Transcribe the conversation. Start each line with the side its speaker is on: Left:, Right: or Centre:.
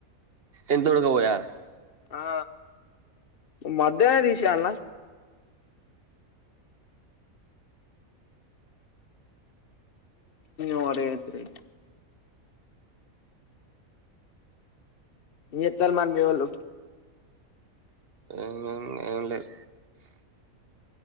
Right: ఎంత ఉడుక పోయాలె
Left: ఆ మధ్యాహ్న తీసేయాల్నా ఓ రేత్రి ఏం చేత్తారు మరి మీ వోళ్ళు
Right: ఏం ఉంది ఏం లేదు.